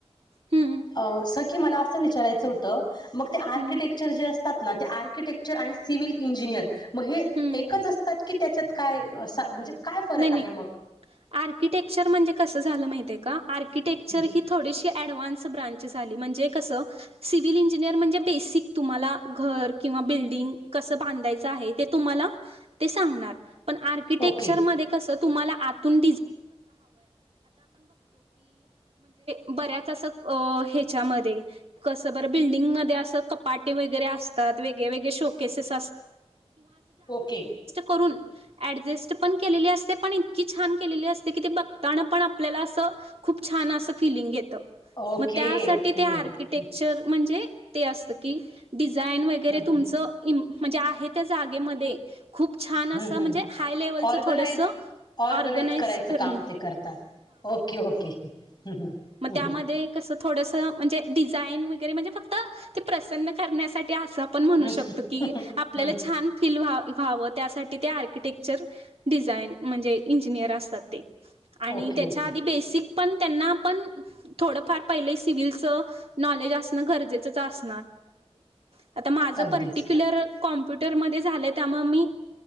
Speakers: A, on the right; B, on the left.
A: हम्म
B: अ स की मला असं विचारायचं होतं. मग ते आर्किटेक्चर
A: हम्म
B: जे असतात ना ते आर्किटेक्चर आणि सिव्हिल इंजिनिअर. महि
A: हम्म
B: एकच असतात की त्याच्यात काय म्हणजे. काय फरक
A: नाही
B: आहे
A: नाही
B: मग?
A: आर्किटेक्चर म्हणजे कस झालं माहित आहे का. र्किटेक्चर
B: हं.
A: ही थोडीशी ऍडव्हान्स ब्रांच झाली म्हणजे कसं. सिव्हल इंजिनिअर म्हणजे बेसिक तुम्हाला घर किंवा बिल्डिंग कसं बांधायचं. आहे ते तुम्हाला आहे ते तुम्हाला ते सांगणार पण आर्किटेक्चर
B: ओके
A: मध्ये कसं तुम्हाला आ. म्हण ब त्याच्या कस ब बिल्डिंग म अस कटे वगैरे असतात वेग वगळे शो केस अस
B: ओके
A: करून ऍडजस्ट पण केलेली असते पण इतकी छान केलेली असते की ते बघताना पण आपल्याला अस खूप छान असं फिलिंग घेतं
B: ओके
A: मग त्यासाठी
B: ओके
A: ते आर्किटेक्चर
B: हम्म
A: म्हणजे ते असत की डिझाईन वगैरे
B: हम्म
A: तुमच म्हणजे आहे त्या जागेमध्ये खूप छान असं
B: हम्म
A: म्हणजे
B: हम्म
A: हाय लेवलचं
B: ऑर्गनाइज
A: थोडस
B: ऑर्गनाइज
A: ून
B: करायचं काम ते करतात. ओके ओके हम्म हम्म
A: मग त्या थोडस म्हणजे डिाईन वगैरे म्हणजे फक्त ते प्रसन् करण्यासाठी ण
B: हम्म
A: म्हणू शकत की
B: हम्म
A: आपल्याला
B: हम्म
A: छान फील व्हावं त्यासाठी ते आर्किटेक्चर डिझाईन म्हणजे इंजिनियर असतात ते आणि
B: ओके
A: त्याच्या
B: ओके
A: आधी बेसिक पण त्यांना आप ड फार पहि स नॉलेज गजेच अस त्या आता माझं
B: अगदीच
A: पर्टिक्युलर कॉम्प्युटरमध्ये झालं त्यामुळे मी